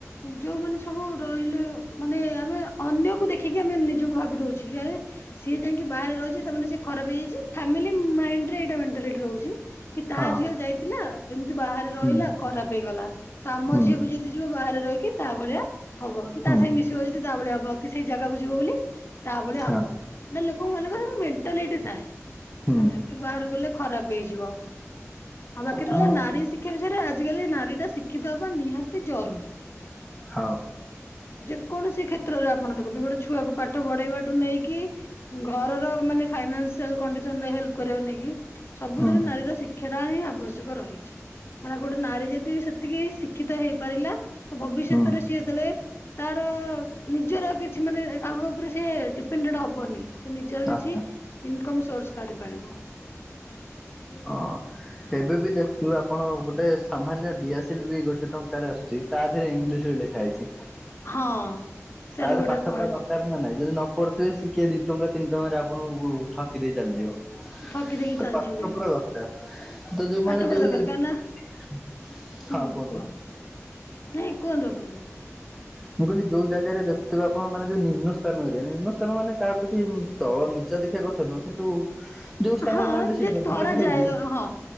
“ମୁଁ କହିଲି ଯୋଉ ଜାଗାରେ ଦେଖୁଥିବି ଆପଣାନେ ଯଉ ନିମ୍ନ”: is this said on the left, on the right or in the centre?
Centre